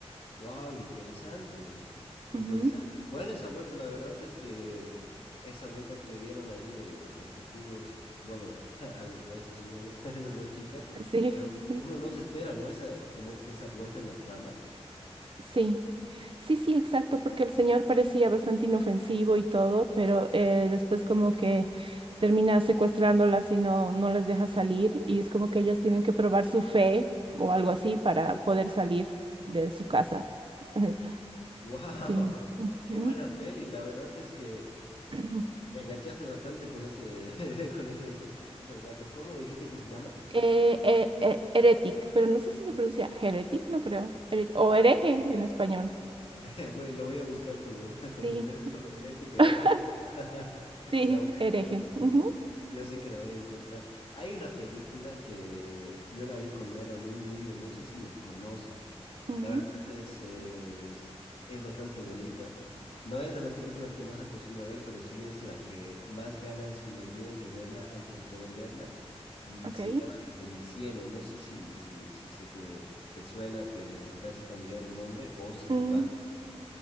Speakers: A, on the left (about 60°); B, on the right (about 50°).
A: Wow, interesante, interesante.
B: Ujú,
A: Buena esa vuelta, la verdad es que esa vuelta que le dieron ahí de, a los testigos, bueno, <laughs> al- a, esos señores, <laughs> a esas dos chicas,
B: Sí.
A: pero
B: <laughs>
A: uno no se espera, ¿no? Esa, eh, como que esa vuelta en la trama. <laughs>
B: Sí, sí, sí, exacto, porque el señor parecía bastante inofensivo y todo, pero eh, después como que termina secuestrándolas y no, no las deja salir y es como que ellas tienen que probar su fe o algo así para poder salir de su casa. <laughs>
A: Wow,
B: Sí.
A: qué
B: Ujú.
A: buena peli. La verdad es que
B: <clears throat>
A: me enganchaste bastante con ese, <laughs> con ese, dis- con ese relato. ¿Cómo me dijiste que se llama?
B: Eh, eh, eh, heretic, pero no sé si se pronuncia heretic, no creo, here- o hereje en español.
A: <laughs> Voy- lo voy a buscar con los, <laughs> con
B: Sí,
A: los tres, sobre herética, hereje.
B: <laughs>
A: <laughs>
B: sí,
A: La voy a
B: hereje.
A: encontrar, yo
B: Ujú,
A: sé, yo sé que la voy a encontrar. Hay una película que yo la vi cuando era muy niño, no sé si la conoces.
B: ujú,
A: La verdad es, es, es bastante bonita. No es de las películas que más acostumbro a ver, pero sí es la que más ganas me dio de verla antes de poder verla. Y
B: ok.
A: se llama Desde mi cielo. No sé si, si, si se te, te suena, te, se te hace familiar el nombre o si
B: Mm,
A: lo has visto.